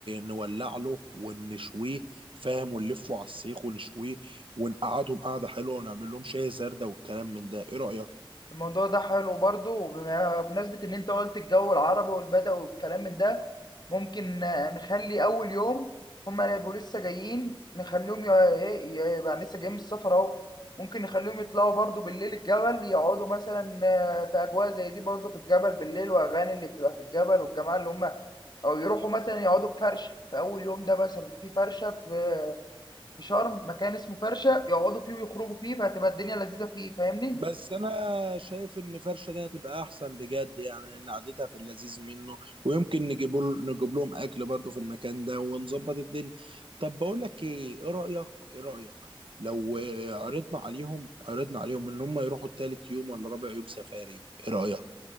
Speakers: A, on the right; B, on the left.
A: نولع له ونشويه فاهم ونلفه على السيخ ونشويه ونقعدهم قعده حلوه ونعمل لهم شاي زردة والكلام من ده ايه رايك
B: الموضوع ده حلو برضه وبما- بمناسبة ان انت قلت الجو العربي والبدوي والكلام من ده ممكن آه، نخلي اول يوم هما يبقوا لسه جايين نخليهم ي- ايه يبقى لسه جايين من السفر اهو ممكن نخليهم يطلعوا برضه بالليل الجبل يقعدوا مثلا آه، في اجواء زي دي برضه في الجبل بالليل واغاني اللي بتبقى في الجبل والجماعة اللي هم او يروحوا مثلا يقعدوا في فرشه في اول يوم ده مثلا في فرشه في في شرم مكان اسمه فرشه يقعدوا فيه ويخرجوا فيه فهتبقى الدنيا لذيذه فيه فاهمني
A: بس انا شايف ان فرشه دي هتبقى احسن بجد يعني لان قعدتها في اللذيذ منه ويمكن نجيب نجيب لهم اكل برضه في المكان ده ونظبط الدنيا طب بقول لك ايه ايه رايك ايه رايك لو آه، عرضنا عليهم عرضنا عليهم ان هم يروحوا تالت يوم ولا رابع يوم سفاري ايه رايك